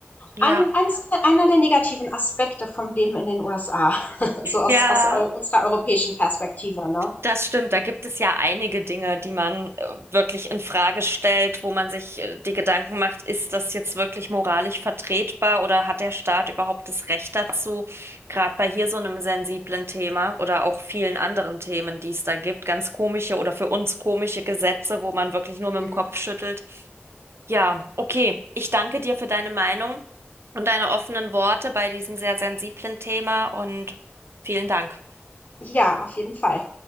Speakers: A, on the right; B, on the left.
A: Ja.
B: ein, eins, einer der negativen Aspekte vom Leben in den USA, <laughs> so aus,
A: Ja.
B: aus eu unserer europäischen Perspektive. Ne?
A: Das stimmt, da gibt es ja einige Dinge, die man äh, wirklich in Frage stellt, wo man sich äh, die Gedanken macht, ist das jetzt wirklich moralisch vertretbar oder hat der Staat überhaupt das Recht dazu? Gerade bei hier so einem sensiblen Thema oder auch vielen anderen Themen, die es da gibt, ganz komische oder für uns komische Gesetze, wo man wirklich nur mit
B: Mhm.
A: dem Kopf schüttelt. Ja, okay, ich danke dir für deine Meinung und deine offenen Worte bei diesem sehr sensiblen Thema und vielen Dank.
B: Ja, auf jeden Fall.